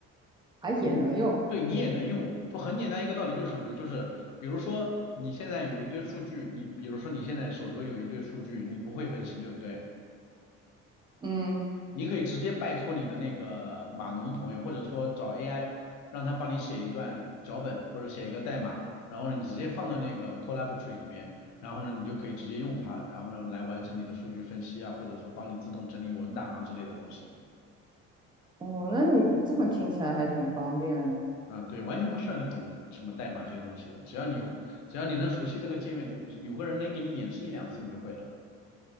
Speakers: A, on the right; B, on the left.
A: 啊，也能用，
B: 嗯，对你也能用，就很简单一个道理，就是什么呢？就是比如说你现在有一堆数据，你比如说你现在手头有一堆数据，你不会分析，对不对？
A: 嗯，
B: 你可以直接拜托你的那个码农朋友，或者说找 AI 让他帮你写一段脚本或者写一个代码，然后呢你直接放到那个 Collaboratory 里面，然后呢你就可以直接用它，然后呢来完成你的数据分析啊，或者说帮你自动整理文档啊之类的东西。
A: 哦，那你这么听起来还挺方便的
B: 嗯，对，完全不需要你懂什么代码这些东西的，只要你只要你能熟悉这个界面，就有个人能给你演示一两次，你就会了。